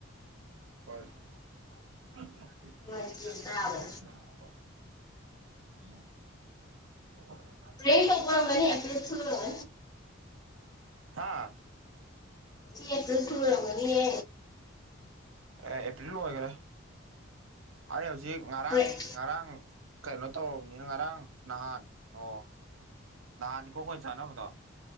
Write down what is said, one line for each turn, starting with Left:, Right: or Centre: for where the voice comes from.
Right: ꯍꯣꯢ
Left: ꯅꯨꯡꯉꯥꯏꯇꯦ
Right: ꯑꯣ
Left: ꯇꯥꯕꯗ
Right: <inaudible>
Left: ꯦꯒꯅꯤꯦꯁꯨ <inaudible>
Right: ꯍꯥꯥ
Left: ꯀꯤ <inaudible> ꯑꯗꯨ ꯊꯒꯅꯤꯌꯦ
Right: ꯑꯦ ꯑꯦꯄ꯭ꯔꯤꯜ ꯂꯣꯏꯒ꯭ꯔꯦ ꯑꯩ ꯍꯧꯖꯤꯛ ꯉꯔꯥꯡ
Left: ꯄ꯭ꯔꯦꯡ
Right: ꯉꯔꯥꯡ ꯀꯩꯅꯣ ꯇꯧꯔꯕꯅꯤꯅ ꯉꯔꯥꯡ ꯅꯍꯥꯟ ꯑꯣ ꯅꯍꯥꯟꯅꯤꯒꯣ ꯑꯩꯈꯣꯢꯅ ꯆꯥꯅꯕꯗꯣ